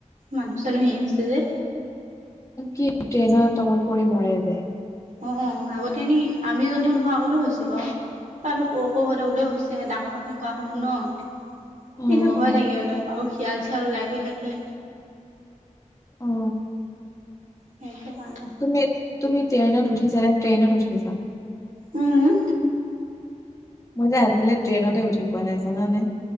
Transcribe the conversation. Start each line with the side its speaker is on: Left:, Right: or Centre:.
Right: মানুহ চানুহ সেই হৈছে যে
Left: কি ট্ৰেইনৰ তলত পৰি মৰে যে
Right: অ আগতে এনেই আমি জন্ম নোহোৱা আগতো হৈ হৈছে বাও এ আমি সৰু সৰু হৈ থাকো তেওঁ হৈছে ডাঙৰ মানুহে কোৱা শুনো ন
Left: অ',
Right: সেইটো ভয়
Left: অ'।
Right: লাগে অলপ আৰু শিয়াল চিয়াল ওলাই গৈ থাকে
Left: অ
Right: সেইটো কাৰণে
Left: তুমি তুমি ট্ৰেইনত উঠিছা নে ট্ৰেইনত উঠিছা?
Right: উম
Left: মই যে আজিলে ট্ৰেইনতে উঠি পোৱা নাই জানানে,